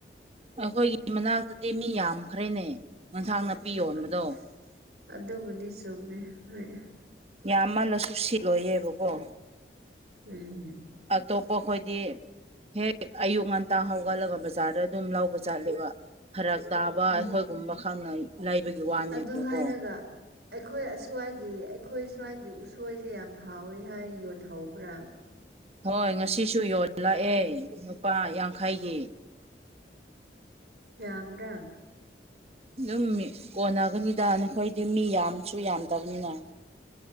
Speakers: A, on the right (about 35°); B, on the right (about 70°).
A: ꯑꯩꯈꯣꯏꯒꯤ ꯃꯅꯥꯛꯇꯗꯤ ꯃꯤ ꯌꯥꯝꯈ꯭ꯔꯦꯅꯦ ꯌꯦꯟꯁꯥꯡ ꯅꯥꯄꯤ
B: ꯎꯝ
A: ꯌꯣꯟꯕꯗꯣ
B: ꯑꯗꯨꯕꯨꯗꯤ ꯆꯨꯝꯃꯦ ꯍꯣꯏ
A: ꯌꯥꯝꯃꯜꯂꯁꯨ ꯁꯤꯠꯂꯣꯏꯌꯦꯕꯀꯣ
B: ꯎꯝ
A: ꯑꯇꯣꯞꯄꯈꯣꯏꯗꯤ ꯍꯦꯛ ꯑꯌꯨꯛ ꯉꯟꯇꯥ ꯍꯧꯒꯠꯂꯒ ꯕꯖꯥꯔꯗ ꯑꯗꯨꯝ ꯂꯧꯕ ꯆꯠꯂꯦꯕ ꯐꯔꯛ ꯇꯥꯕ
B: ꯑꯣ
A: ꯑꯩꯈꯣꯏꯒꯨꯝꯕ ꯈꯛꯅ ꯂꯩꯕꯒꯤ ꯋꯥꯅꯦꯕꯀꯣ
B: ꯑꯗꯨ ꯍꯥꯏꯔꯒ ꯑꯩꯈꯣꯏ ꯑꯁ꯭ꯋꯥꯏꯒꯤ ꯑꯩꯈꯣꯏ ꯁ꯭ꯋꯥꯏꯒꯤ ꯎꯁꯣꯏꯁꯦ ꯌꯥꯝ ꯍꯥꯎꯋꯤ ꯍꯥꯏ ꯌꯣꯟꯍꯧꯕ꯭ꯔꯥ
A: ꯍꯣꯏ ꯉꯁꯤꯁꯨ ꯌꯣꯜꯂꯛꯑꯦ ꯂꯨꯄꯥ ꯌꯥꯡꯈꯩꯒꯤ
B: ꯌꯝꯕꯔꯥ
A: ꯑꯗꯨꯝ ꯀꯣꯟꯅꯒꯅꯤꯗ ꯅꯈꯣꯏꯗꯤ ꯃꯤ ꯌꯥꯝꯁꯨ ꯌꯥꯝꯗꯕꯅꯤꯅ